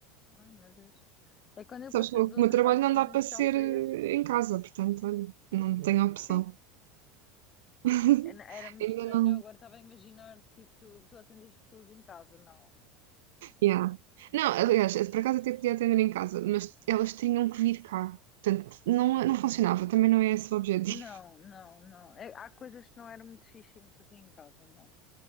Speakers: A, on the left; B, on the right.
A: ai meu Deus, é quando eu
B: Sabes
A: passei
B: que o
A: de um
B: meu
A: trabalho
B: trabalho não
A: presencial
B: dá para ser
A: para
B: eh,
A: este,
B: em casa, portanto, olha, não tenho opção.
A: Sim.
B: <laughs>
A: Era era muito
B: Ainda
A: estranho.
B: não.
A: Eu agora estava a imaginar, tipo, tu, tu atendes pessoas em casa. Não,
B: Yeah. Não, aliás, por acaso até podia atender em casa, mas elas tinham que vir cá. Portanto, não, não funcionava, também não é esse o objetivo.
A: não,
B: <laughs>
A: não, não. É- há coisas que não era muito fixe em fazer em casa, não.